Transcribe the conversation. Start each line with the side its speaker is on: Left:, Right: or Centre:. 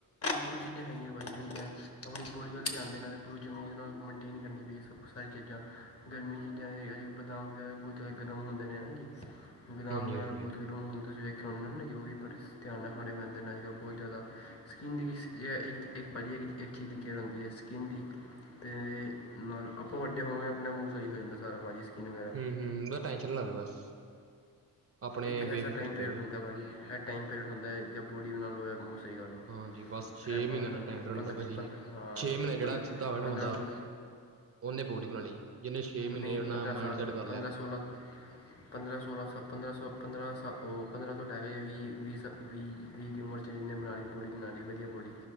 Left: ਬਹੁਤ ਚੀਜ਼ਾਂ ਹੈਗੀਆ ਭਾਜੀ ਠੰਡੀਆਂ ਆਪਣੀ ਬੋਡੀ ਵੱਲ ਧਿਆਨ ਦੇ ਨਾਲ ਪੂਰੀ ਚੰਗੀ ਤਰ੍ਹਾਂ ਮੇਨਟੇਨ ਕਰਨੀ <unintelligible> ਸਾਰੀ ਚੀਜ਼ਾਂ ਗਰਮ ਚੀਜ਼ਾਂ ਜਿੱਦਾਂ ਜੀ ਬਦਾਮ ਵਗੈਰਾ ਵੀ ਬਹੁਤ ਜ਼ਿਆਦਾ ਗਰਮ ਹੁੰਦੇ ਨੇ ਹੈਨਾ ਜੀ ਬਦਾਮ
Right: ਹਾਂਜੀ
Left: ਵਗੈਰਾ
Right: ਹਾਂਜੀ
Left: ਬਹੁਤ ਹੁਣ ਤੁਸੀਂ ਵੇਖਿਆ ਹੋਣਾ ਨਾ ਜੋ ਵੀ ਬੜੇ ਧਿਆਨ ਨਾਲ ਖਾਣੇ ਪੈਂਦੇ ਨੇ ਅੱਜ-ਕੱਲ੍ਹ ਬਹੁਤ ਜ਼ਿਆਦਾ ਸਕਿੰਨ ਦੀ ਇੱਕ <unintelligible> ਭਾਜੀ ਇੱਕ ਚੀਜ਼ ਦੀ ਕੇਅਰ ਹੁੰਦੀ ਐ ਸਕਿੰਨ ਦੀ ਤੇ ਨਾਲ ਆਪਾਂ ਵੱਡੇ ਹੋਵਾਂਗੇ ਆਪਣਾ ਮੂੰਹ ਸਹੀ ਹੋ ਜਾਂਦਾ ਸਾਰਾ ਭਾਜੀ ਵਗੈਰਾ
Right: ਹੂੰ ਹੂੰ ਉਹਦਾ ਟੈਨਸ਼ਨ ਨਾ ਲਵੇ ਬਸ ਆਪਣੇ
Left: ਇੱਕ ਐਸਾ
Right: ਬੇਫਿਕਰ
Left: ਟਾਈਮ
Right: ਚ
Left: ਪੀਰੀਅਡ
Right: ਰਵੇ
Left: ਹੁੰਦਾ ਭਾਜੀ ਐਹ ਟਾਈਮ ਪੀਰੀਅਡ ਹੁੰਦਾ ਏ ਜੋ ਬੋਡੀ ਬਣਾਨ ਨਾਲ <unintelligible> ਸਹੀ ਗੱਲ
Right: ਹਾਂਜੀ ਬਸ ਛੇ
Left: ਇਹ
Right: ਮਹੀਨੇ
Left: ਬਾਹ
Right: ਦਾ ਟਾਈਮ ਪੀਰੀਅਡ
Left: ਪੰਦਰਾਂ
Right: ਹੁੰਦਾ ਭਾਜੀ
Left: ਪੰ ਹਾਂ
Right: ਛੇ ਮਹੀਨੇ ਜਿਹੜਾ
Left: ਪੰਦਰਾਂ
Right: ਸਿੱਧਾ ਹੋਇਆ ਨਾ
Left: ਪੰਦਰਾਂ
Right: ਬੰਦਾ
Left: ਤੋਂ
Right: ਉਹਨੇ ਬੋਡੀ ਬਣਾ ਲਈ ਜਿਹਨੇ ਛੇ ਮਹੀਨੇ
Left: ਨਹੀਂ
Right: ਆਪਣਾ
Left: ਪੰਦਰਾਂ
Right: ਮਾਇੰਡ
Left: ਸਾਲ
Right: ਸੈਟ
Left: ਤੋਂ
Right: ਕਰ ਲਿਆ
Left: ਪੰਦਰਾਂ ਸੋਲਾਂ ਪੰਦਰਾਂ ਸੋਲਾਂ ਸ ਪੰਦਰਾਂ ਸੌ ਪੰਦਰਾਂ ਸ ਉਹ ਪੰਦਰਾਂ ਤੋਂ ਲੈ ਕੇ ਵੀਹ ਵੀਹ ਸ ਵੀਹ ਵੀਹ ਦੀ ਉਮਰ 'ਚ ਜਿੰਨੇ ਬਣਾ ਲਈ ਬਾਡੀ ਬਣਾ ਲਈ ਵਧੀਆ ਬਾਡੀ